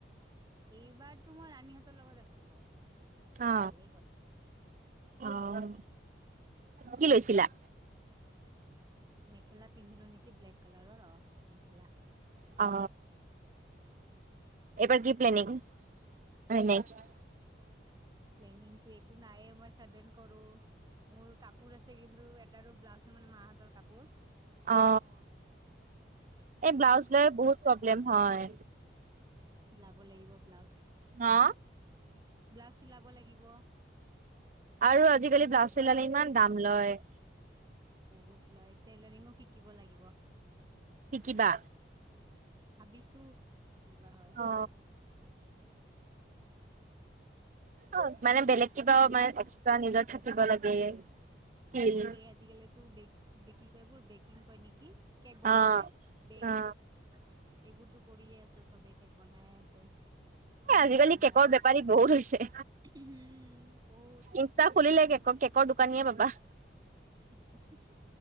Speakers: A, on the right; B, on the right.
A: এইবাৰতো মই ৰাণীহঁতৰ লগত আছিলো।
B: আ
A: ভালেই গ'ল
B: আহ, কি লৈছিলা?
A: মেখেলা পিন্ধিলো নেকি ব্লেক কালাৰৰ, অ মেখেলা।
B: অ এইবাৰ কি প্লেনিং অই নেক্স
A: প্লেনিং তো একো নাইয়ে মই চাডেন কৰো। মোৰ কাপোৰ আছে কিন্তু এটাৰো ব্লাউজ নাই মানে মাহঁতৰ কাপোৰ।
B: অ এ ব্লাউজ লৈ বহুত প্ৰব্লেম হয়।
A: চিলাব লাগিব ব্লাউজ।
B: হা
A: ব্লাউজ চিলাব লাগিব।
B: আৰু আজি-কালি ব্লাউজ চিলালে ইমান দাম লয়।
A: বহুত লয় টেইলাৰিঙো শিকিব লাগিব।
B: শিকিবা
A: ভাবিছো কি বা হয়
B: অ অ মানে বেলেগ কিবাও মানে এক্সট্ৰা নিজৰ থাকিব লাগে। স্কিল
A: তাকে আজি-কালিতো বেক কি কয় এবোৰ বেকিং কয় নেকি কেক বনাই
B: অ
A: যে, বেক
B: অ
A: সেইবোৰতো কৰিয়ে আছে চবে কেক বনায়ে আছে।
B: এ আজি-কালি
A: বেছি
B: কেকৰ
A: ভাগে
B: বেপাৰী বহুত হৈছে
A: উম বহুত
B: ইচ টা খুলিলে কেক কেকৰ দোকানীয়ে পাবা।
A: হু হু হু